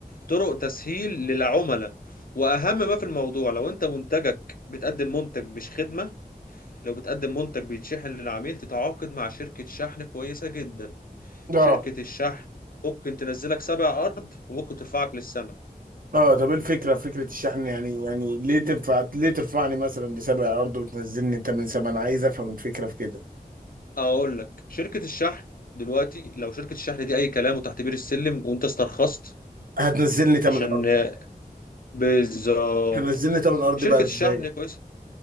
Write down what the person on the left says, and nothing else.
طرق تسهيل للعملاء واهم ما في الموضوع لو انت منتجك بتقدم منتج مش خدمة لو بتقدم منتج بيتشحن للعميل تتعاقد مع شركة شحن كويسة جدا
شركة الشحن ممكن تنزلك سبع أرض وممكن ترفعك للسماء
أقول لك شركة الشحن دلوقتي لو شركة الشحن دي أي كلام وتحت بير السلم وأنت استرخصت
عشان
بالظبط
شركة
الشحن كويس